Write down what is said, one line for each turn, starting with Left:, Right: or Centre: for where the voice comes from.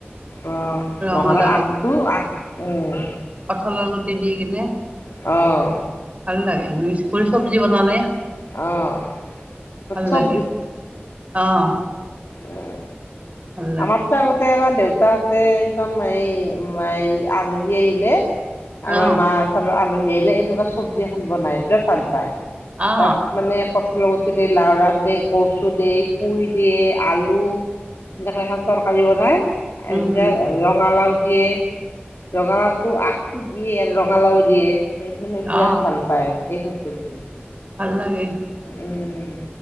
Left: অহ,
Right: ৰঙালাও
Left: ৰঙালাওৰ আগটো-আগ উম।
Right: কঁঠালৰ গুটি দি কিনে।
Left: অহ।
Right: ভাল লাগে মিক্স কৰি চব্জি বনালে,
Left: অ', তাত
Right: ভাল
Left: চব
Right: লাগে অহ।
Left: উম,
Right: লাগে
Left: আমাৰতো আগতে এবাৰ দেউতাহঁতে একদম এই ওম আলহী আহিলে আমাৰ
Right: অ
Left: মাৰ ফালৰ আলহী আহিলে এনেকুৱা চব্জি এখন বনাই বিৰাট ভাল পায়।
Right: অ
Left: তাত মানে কঁঠালৰ গুটি দিয়ে লাওৰ আগ দিয়ে কচু দিয়ে পুই দিয়ে। আলু এনেকুৱাকে এখন তৰকাৰী বনাই,
Right: উম
Left: এ বিৰা ৰঙালাও দিয়ে ৰঙালাওটো আগটো দিয়ে আৰু ৰঙালাও দিয়ে। এই মানে বিৰাট
Right: অ
Left: ভাল পায় এইখন চব্জি।
Right: ভাল লাগে।
Left: উম,